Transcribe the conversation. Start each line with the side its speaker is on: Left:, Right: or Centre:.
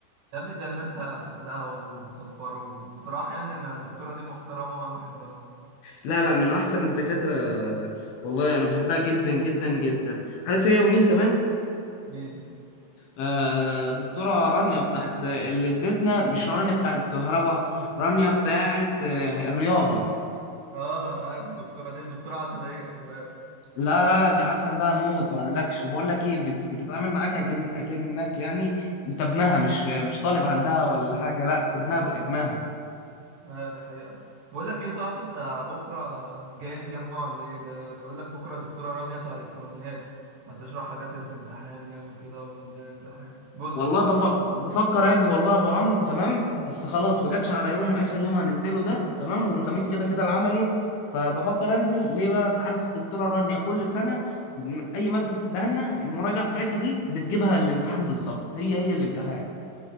Right: يا ابني ده الناس سقفت لها وصفروا بصراحة يعني أنا الدكتورة دي محترمة وأنا بحبها
Left: لا لا من احسن الدكاتره والله انا بحبها جدا جدا جدا عارف هي ومين كمان
Right: مين
Left: آه دكتوره رانيا بتاعت اللي ادتنا مش رانيا بتاعت الكهرباء رانيا بتاعت آه الرياضه
Right: اه انا عارف الدكتورة دي دكتورة عسلية خلي بالك
Left: لا لا لا دي عسل بقى موت ما اقولكش بقول لك ايه بت- بتتعامل معاك اكن اكنك يعني انت ابنها مش مش طالب عندها ولا حاجه لا ابنها ابنها
Right: ايوه دي حقيقة بقول لك ايه صح انت بكرة جاي الجامعة ولا ايه ده بيقول لك بكرة دكتورة رانيا بتاع الالكترونيات هتشرح حاجات في الامتحان يعني وكده ونديها الامتحان جزء
Left: والله
Right: منه
Left: بفكر
Right: يعني
Left: بفكر اجي والله يا ابو عمرو تمام بس خلاص ما جاتش على يوم اخر يوم هننزله ده تمام والخميس كده كده العملي فبفكر انزل ليه بقى انت عارف الدكتوره رانيا كل سنه م- اي ماده بتديها لنا المراجعه بتاعتها دي بتجيبها الامتحان بالظبط هي هي الامتحان